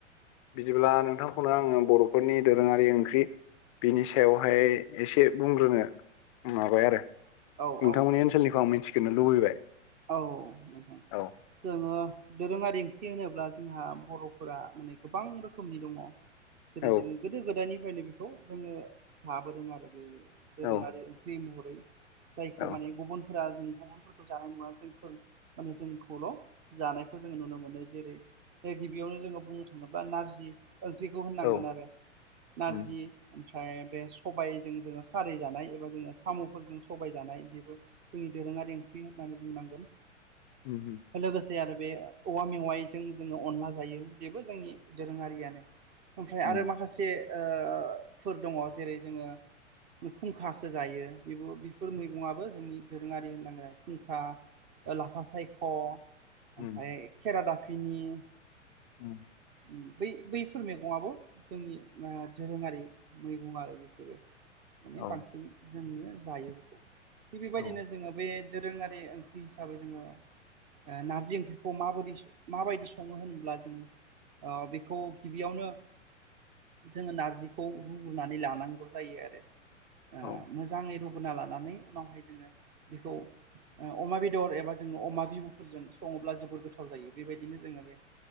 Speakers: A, on the left; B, on the right.
A: बिदिब्ला नोंथांखौनो आङो बर'फोरनि दोरोङारि ओंख्रि बिनि सायावहाय एसे बुंग्रोनो माबाय आरो नोंथांमोननि
B: औ औ
A: ओनसोलनिखौ आं मिथिगोरनो लुबैबाय।
B: औ नोंथां
A: औ
B: जोङो दोरोङारि ओंख्रि होनोब्ला जोंहा बर'फोरा माने गोबां रोखोमनि दङ। जेरै
A: औ
B: जोङो गोदो गोदायनिफ्रायनो बेखौ जोङो साबोदों आरो बेयो दोरोङारि
A: औ
B: ओंख्रि महरै जायखौ
A: औ
B: माने गुबुनफोरा जों गुबुनफोरखौ जानाय नुवा। जोंफोर माने जोंखौल' जानायखौ जोंङो नुनो मोनो जेरै ए गिबियावनो जोङो बुंनो थाङोब्ला नारजि ओंख्रिखौ होननांगोन
A: औ
B: आरो नारजि
A: उम
B: ओमफ्राय बे सबायजों जोङो खारै जानाय एबा जोङो साम'फोरजों सबाय जानाय बेबो। जोंनि दोरोङा ओंख्रि होननानै बुंनांगोन।
A: उम उम
B: लोगोसे आरो बे औवा मेवाइजों जोङो अनला जायो बेबो जोंनि दोरोङारियानो। ओमफ्राय आरो
A: उम
B: माखासे ओ फोर दङ जेरै जोङो उम फुंखाखौ जायो बेबो बेफोर मैगंआबो जोंनि दोरोङारि होननांगोन आरो फुंखा। ओ लाफा सायख' ओमफाय
A: उम
B: खेरादाफिनि
A: उम
B: उम बै बैफोर मैगङाबो जोंनि उम दोरोङारि। मैगं आरो बेफोरो माने
A: औ
B: बांसिन जोंनो जायो बेखौ थिग बेबायदिनो
A: औ
B: जोङो बे दोरोङारि ओं बि हिसाबै जोङो ओ नारजि ओंख्रिखौ माबोदि माबायदि सङो होनोब्ला जों ओ बेखौ गिबियावनो जोङो नारजिखौ रुग्रोनानै लानांगौ जायो आरो ओ
A: औ
B: मोजाङै रुग्रोना लानानै उनावहाय जोङो बेखौ अमा बेदर एबा जोङो अमा बिबुफोरजों सङोब्ला जोबोद गोथाव जायो बेबायदिनो जोङो बे